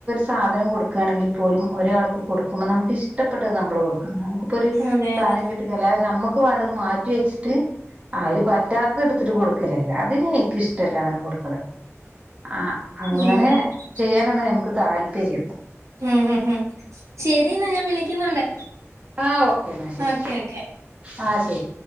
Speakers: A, on the right; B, on the right.
A: സാധനം കൊടുക്കുകയാണെങ്കിൽ പോലും ഒരാൾക്ക് കൊടുക്കുമ്പോ നമുക്ക്ഇഷ്ട്ടപ്പെട്ടത് നമ്മൾകൊടു നമുക്കിപ്പൊ ഒരു
B: അതെ
A: സാനം
B: അതെ
A: കിട്ടി അല്ലാതെ നമ്മക്ക് വേണ്ടത് മാറ്റി വെച്ചിട്ട് അര് പറ്റാത്തത് എടുത്തിട്ട് കൊടുക്കലല്ലേ അതിന് എനിക്ക് ഇഷ്ടല്ല അങ്ങനെ കൊടുക്കണത് ആ അങ്ങനെ
B: ഉം ഉം ഉം
A: ചെയ്യാനാണ് നമുക്ക് താൽല്പര്യം
B: ഉം ഹ ഉ ശരിന്ന് ഞാൻ വിളിക്കുന്നുണ്ട്
A: ആഹ ഓക്കേ എന്നാ ശരി
B: ഓക്കെ ഓക്കെ
A: ആഹ ശരി